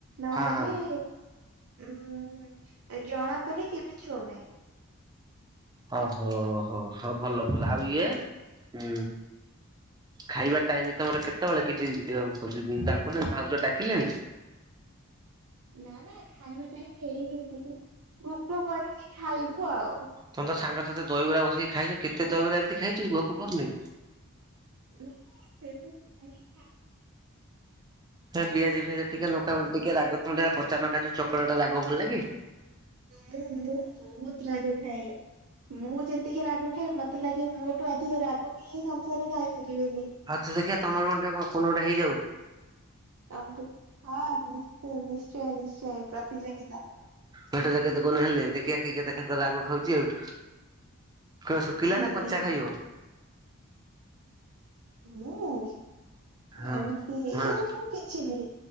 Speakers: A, on the right; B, on the right.
A: ନହେଲେ
B: ହଁ ହଁ।
A: ଉ ଜଣାତରେ କେବେ ଛୁଉଁ ନାହିଁ।
B: ହ ହୋ ହୋ ହଉ ଭଲ ଭଲ ଆଉ ଇଏ ଉ ଖାଇବା ଟାଇମ ତମର କେତେବେଳେ କିଛି ଡାକୁନ ଭାଉଜ ଡାକିଲେଣି?
A: ନା ନା ଖାଇବା ଟାଇମ ହେଇନି କ ଭୋକ କରିନି ଖାଇବୁ ଆଉ
B: ତମ ତ ସାଙ୍ଗସାଥି ଦହିବରା ବସିକି ଖାଇଛ କେତେ ଦହିବରାଏମିତି ଖାଇଛି ଭୋକ କରୁନି।
A: ନା ସେମିତି ନାଇଁ ଖାଏ
B: ହେ ପିଆଜି ଫିଆଜି ଟିକେ ନକାମ ଟିକେ ରାଗ ଥ ଟେ କଞ୍ଚାନଙ୍କା ଚୁ ଚକଟା ରାଗ ଭଲ ଲାଗେ।
A: ହ ମୁଁ ମୁଁ ବହୁତ ରାଗ ଖାଏ ମୁଁ ଯେତିକି ରାଗ ଖାଏ ମତେ ଲାଗେ ମୋଠୁ ଅଧିକ ରାଗ କି ସଂସାରରେ ଖାଇପାରିବେନି।
B: ହଉ ତ ଦେଖିବା ତମର ଗଣ୍ଡ ଟେ କୁ ଗୋଟେ ହେଇଯାଉ
A: କ ହଁ ନି୍ଚ ନିଶ୍ଚୟ ନିଶ୍ଚୟ ପ୍ରତିଯୋଗିତା
B: ଭେଟରେ କେତେ କଣ ହେଲେ ଦେଖିବା କିଏ କେତେ ଖାଦ ରାଗ ଖାଉଛି ଆଉ କଣ ଶୁଖିଲା
A: ନିହାତି।
B: ନା କଞ୍ଚା ଖାଇବ।
A: ମୁଁ
B: ହଁ
A: ଏମିତି
B: ହଁ
A: ମୁଁ କିଛିିବ